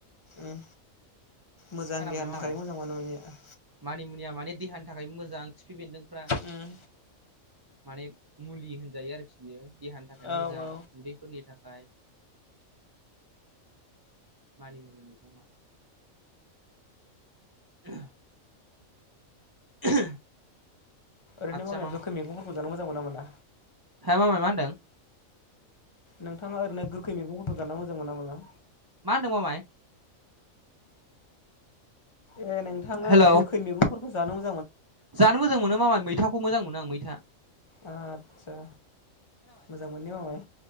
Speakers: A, on the left; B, on the right.
A: ओं मोजां
B: खोनाबाय
A: देहानि
B: मामाय
A: थाखाय मोजां माना मुनिया
B: मानि मुनिया माने देहानि थाखायबो मोजां खिफि बेन्दोंफ्रा
A: उम
B: माने मुलि होनजायो आरोखि बियो देहानि थाखाय
A: औ
B: मोजां
A: औ
B: उदैफोरनि थाख ओमफ्राय मानिमुनि मैगङा। <unintelligible> <unintelligible>
A: ओरैनो
B: आदसा
A: मामाया गोखै मैगंफोरखौ जानो मोजां मोनोना मोना?
B: हो मामाय मा होनदों?
A: नोंथाङा ओरैनो गोखै मैगंफोरखौ जानो मोजां मोनोना मोना?
B: मा होनदों मामाय?
A: ए नोंथाङा
B: हेलौ
A: गोखै मैगंफोरखौ जानो मो
B: जानो मोजां मोनो मामाय मैथाखौ मोजां मोनो आं मैथा
A: खरसा मोजां मोनो ने मामाय।